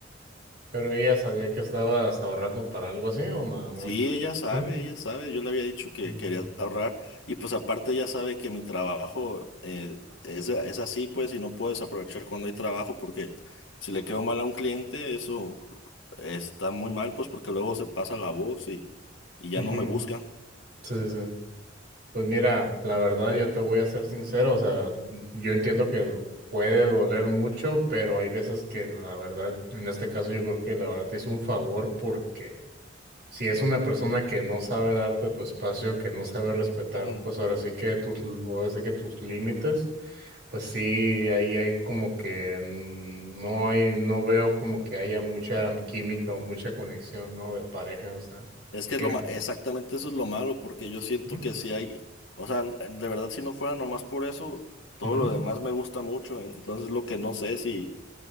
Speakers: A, on the right (about 55°); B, on the left (about 85°).
A: Pero ella sabía que estabas ahorrando para algo así o nada más.
B: Sí, ella sabe,
A: ¿Sí?
B: ella sabe, yo le había dicho que
A: Mm,
B: quería ahorrar y pues aparte ella sabe que mi trabajo eh, es, es así pues y no puedes aprovechar cuando hay trabajo porque si le quedo mal a un cliente eso está muy mal pues porque luego se pasa la voz y, y ya
A: ujú,
B: no me buscan.
A: Sí, sí. sí. Pues mira, la verdad yo te voy a ser sincero, o sea, yo entiendo que puede doler mucho, pero hay veces que la verdad, en este caso yo creo que la verdad te hizo un favor porque si es una persona que no sabe darte tu espacio, que no sabe respetar,
B: Ujú.
A: pues ahora sí que tus, ahora sí que tus límites, pues sí, ahí hay como que mm, no hay, no veo como que haya mucha química o mucha conexión, ¿no? De pareja, o sea.
B: Es que
A: Ya.
B: es lo ma- exactamente eso es lo malo porque yo siento
A: Ujú.
B: que si hay, o sea, de verdad si no fuera nomás por eso, todo
A: Ujú.
B: lo demás me gusta mucho, entonces lo que no sé si...